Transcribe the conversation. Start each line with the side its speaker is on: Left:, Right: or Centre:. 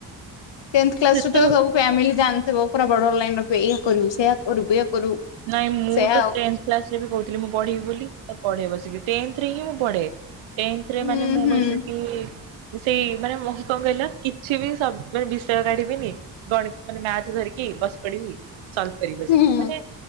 Left: ଟେନ୍ଥ କ୍ଲାସ୍
Right: ସେତେ
Left: ରୁ ତ ସବୁ ଫ୍ୟାମିଲି ଜାଣିଥିବ ପୁରା ବର୍ଡର ଲାଇନ୍ ରଖିବେ ଏଇଆ କରିବୁ ସେଇଆ କରିବୁ ଏଇୟା କରିବୁ।
Right: ନାଇଁ ମୁଁ
Left: ସେୟା
Right: ତ
Left: ଆଉ
Right: ଟେନ୍ଥ କ୍ଲାସରେ ବି କହୁଥିଲି ମୁଁ ପଢିବି ବୋଲି। ତ ପଢେ ବସିକି। ଟେନ୍ଥ ରେ ହଁ ମୁଁ ପଢେ। ଟେନ୍ଥ ରେ
Left: ହୁଁ
Right: ମାନେ ମୁଁ
Left: ହୁଁ
Right: ବସିକି ସେଇ ମାନେ ମୁଁ କଣ କହିଲ କିଛି ବି ସ ମାନେ ବିଷୟ କାଢିବିନି ଗଣିତ ମାନେ ମାଥ ଧରିକି ବସ ପଡିବି, ସଲଭ୍ କରିବି ବସିକି।
Left: ହୁଁ
Right: ମାନେ